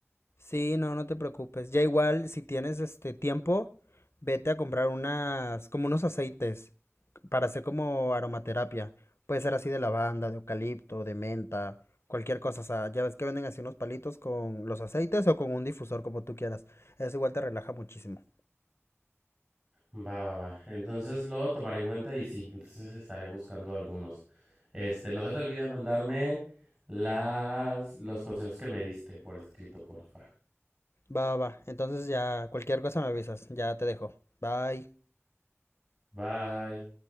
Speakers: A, on the left (about 60°); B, on the right (about 30°).
A: Sí, no, no te preocupes. Ya igual, si tienes este tiempo, vete a comprar unas, como unos aceites para hacer como aromaterapia. Puede ser así de lavanda, de eucalipto, de menta, cualquier cosa. O sea, ya ves que venden así unos palitos con los aceites o con un difusor, como tú quieras. Eso igual te relaja muchísimo.
B: Va, va, va. Entonces lo tomaré en cuenta y sí, entonces estaré buscando algunos. Este, no se te olvide mandarme las, los consejos que me diste por escrito, porfa.
A: Va, va, va. Entonces ya, cualquier cosa me avisas. Ya te dejo. Bye.
B: Bye.